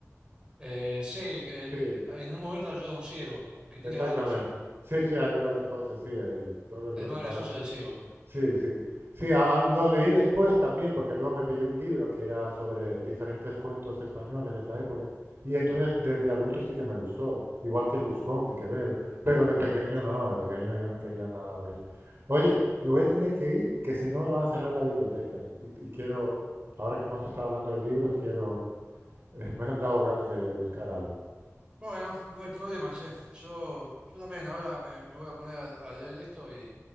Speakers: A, on the right; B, on the right.
A: Eh, sí, eh,
B: Sí,
A: en un momento ayuda a un ciego, aunque
B: exactamente.
A: tiene varios Sam.
B: Sí, sí, hay hay varias cosas, sí. el- el- luego el,
A: El más
B: el,
A: gracioso es el ciego igual.
B: Sí, sí. Sí, a- a- lo leí después también, porque luego me pillé un libro que era sobre diferentes cuentos españoles de esa época. Y entonces desde adulto sí que me gustó, igual que El Buscón de Quevedo. Pero de pequeño
A: Sí.
B: no, de pequeño yo no quería nada de eso. Oye, me voy a tener que ir, que si no me va a cerrar la biblioteca. Y, y quiero, ahora que hemos estado hablando de libros, quiero, <laughs> me han dado ganas de de buscar algo.
A: Bueno, no hay problema, che. Yo, yo también ahora me, me voy a poner a, a leer esto y,